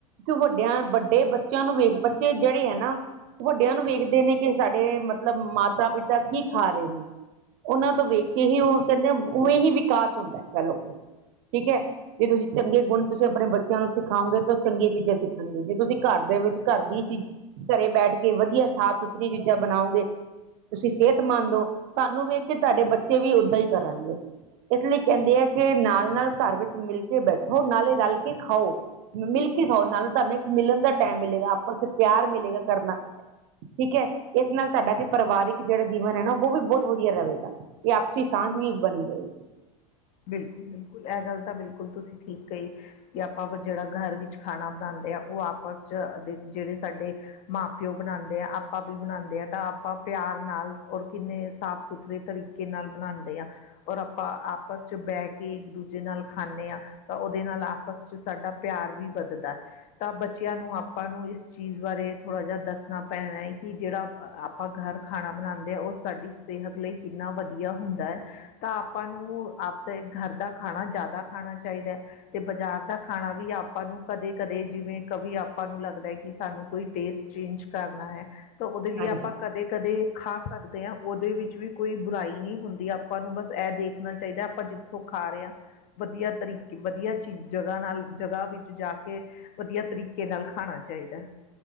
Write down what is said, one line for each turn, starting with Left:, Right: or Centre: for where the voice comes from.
Right: ਕਿਉਕਿ ਵੱਡੇ ਬੱਚੇਆਂ ਨੂੰ ਵੇਖ ਬੱਚੇ ਜੇੜੇ ਹੈ ਨਾ ਵੱਡੇਆਂ ਨੂੰ ਵੇਖਦੇ ਨੇ ਕਿ ਸਾਡੇ ਮਤਲਬ ਮਾਤਾ ਪਿਤਾ ਕੀ ਖਾ ਰਏ ਨੇ ਓਨਾਂ ਤੋਂ ਵੇਖ ਕੇ ਹੀ ਓ ਕੇਂਦੇ ਉਵੇਂ ਹੀ ਵਿਕਾਸ ਹੁੰਦਾ ਕੈ ਲਓ ਕਿ ਠੀਕ ਹੈ ਜੇ ਤੁਸੀਂ ਚੰਗੇ ਗੁਣ ਤੁਸੀਂ ਆਪਣੇ ਬੱਚੇਆਂ ਨੂੰ ਸਿਖਾਓਗੇ ਤੇ ਚੰਗੀਆਂ ਚੀਜ਼ਾਂ ਸਿੱਖਣਗੇ ਜੇ ਤੁਸੀਂ ਘਰ ਦੇ ਵਿੱਚ ਘਰ ਦੀ ਚੀਜ਼ ਘਰੇ ਬੈਠ ਕੇ ਵੱਧੀਆਂ ਸਾ ਸੁਥਰੀ ਚੀਜ਼ਾਂ ਬਣਾਓਗੇ। ਤੁਸੀਂ ਸੇਤਮੰਦ ਹੋ ਤਾਨੂੰ ਵੇਖ ਕੇ ਤੁਆਡੇ ਬੱਚੇ ਵੀ ਓਦਾਂ ਈ ਕਰਨਗੇ। ਇਸ ਲਈ ਕੇਂਦੇ ਆ ਕਿ ਨਾਲ-ਨਾਲ ਘਰ ਵਿੱਚ ਮਿਲ ਕੇ ਬੈਠੋ ਨਾਲੇ ਰਲ ਕੇ ਖਾਓ। ਮਿਲ ਕੇ ਖਾਓ ਨਾਲੇ ਤੁਆਨੂੰ ਇੱਕ ਮਿਲਣ ਦਾ ਟਾਈਮ ਮਿਲੇਗਾ ਆਪਸ ਚ ਪਿਆਰ ਮਿਲੇਗਾ ਕਰਨਾ। ਠੀਕ ਐ, ਇਸ ਨਾਲ ਤੁਆਡਾ ਕਿ ਪਰਿਵਾਰਿਕ ਜੇੜਾ ਜੀਵਨ ਐ ਨਾ ਓ ਵੀ ਬੋਤ ਵੱਧੀਆ ਰਵੇਗਾ। ਤੇ ਆਪਸੀ ਸਾਂਝ ਵੀ ਬਣੀ ਰਏਗੀ।
Left: ਬਿਲਕੁਲ-ਬਿਲਕੁਲ, ਐ ਗੱਲ ਤਾਂ ਬਿਲਕੁਲ ਤੁਸੀਂ ਠੀਕ ਕਈ ਕਿ ਆਪਾਂ ਵ ਜਿਹੜਾ ਘਰ ਵਿੱਚ ਖਾਣਾ ਬਣਾਉਂਦੇ ਆਂ, ਓ ਆਪਸ 'ਚ ਜਿਹੜੇ ਸਾਡੇ ਮਾਂ-ਪਿਓ ਬਣਾਉਂਦੇ ਆ, ਆਪਾਂ ਵੀ ਬਣਾਉਂਦੇ ਆ, ਤਾਂ ਆਪਾਂ ਪਿਆਰ ਨਾਲ ਔਰ ਕਿੰਨੇ ਸਾਫ਼-ਸੁਥਰੇ ਤਰੀਕੇ ਨਾਲ ਬਣਾਂਦੇ ਆ, ਔਰ ਆਪਾਂ ਆਪ ਆਪਸ 'ਚ ਬਹਿ ਕੇ ਇੱਕ ਦੂਜੇ ਨਾਲ ਖਾਣੇ ਆਂ। ਤਾਂ ਓਦੇ ਨਾਲ ਆਪਸ 'ਚ ਸਾਡਾ ਪਿਆਰ ਵੀ ਵੱਧਦਾ। ਤਾਂ ਬੱਚਿਆਂ ਨੂੰ ਆਪਾਂ ਨੂੰ ਇਸ ਚੀਜ਼ ਬਾਰੇ ਥੋੜ੍ਹਾ ਜਿਆ ਦੱਸਣਾ ਪੈਣਾ ਐ ਕਿ ਜਿਹੜਾ ਆਪਾਂ ਘਰ ਖਾਣਾ ਬਣਾਂਦੇ ਆ, ਉਹ ਸਾਡੀ ਸਿਹਤ ਲਈ ਕਿੰਨਾ ਵਧੀਆ ਹੁੰਦਾ ਐ, ਤਾਂ ਆਪਾਂ ਨੂੰ ਆਪ ਤੇ ਘਰ ਦਾ ਖਾਣਾ ਜ਼ਿਆਦਾ ਖਾਣਾ ਚਾਹੀਦਾ। ਤੇ ਬਾਜ਼ਾਰ ਦਾ ਖਾਣਾ ਵੀ ਆਪਾਂ ਨੂੰ ਕਦੇ-ਕਦੇ, ਜਿਵੇਂ ਕਵੀ ਆਪਾਂ ਨੂੰ ਲੱਗਦਾ ਕਿ ਸਾਨੂੰ ਕੋਈ ਟੇਸਟ ਚੇਂਜ ਕਰਨਾ ਐ, ਤੋ ਉਹਦੇ ਲਈ
Right: ਹਾਂਜੀ।
Left: ਆਪਾਂ ਕਦੇ ਕਦੇ ਖਾ ਸਕਦੇ ਆਂ, ਉਹਦੇ ਵਿੱਚ ਵੀ ਕੋਈ ਬੁਰਾਈ ਨਹੀਂ ਹੁੰਦੀ, ਆਪਾਂ ਨੂੰ ਬਸ ਐ ਦੇਖਣਾ ਚਾਹੀਦਾ ਆਪਾਂ ਜਿੱ ਓ ਖਾ ਰੇ ਆਂ, ਵਧੀਆ ਤਰੀਕ ਵਧੀਆ ਚੀ ਜਗ੍ਹਾ ਨਾਲ ਜਗ੍ਹਾ ਵਿੱਚ ਜਾ ਕੇ ਵਧੀਆ ਤਰੀਕੇ ਨਾਲ ਖਾਣਾ ਚਾਹੀਦਾ।